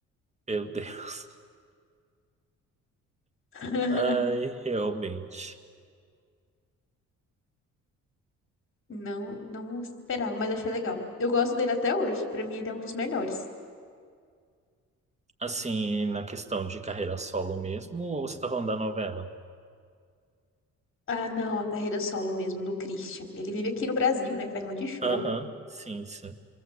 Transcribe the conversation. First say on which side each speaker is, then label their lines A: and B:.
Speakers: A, on the right; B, on the left.
A: Meu Deus.
B: <laughs>
A: Ai, realmente.
B: Não, não esperava, mas achei legal. Eu gosto dele até hoje. Pra mim, ele é um dos melhores.
A: Assim, na questão de carreira solo mesmo, ou você tá falando da novela?
B: Ah, não, a carreira solo mesmo do Christian. Ele vive aqui no Brasil, né? Faz um monte de show.
A: Aham, sim, sim.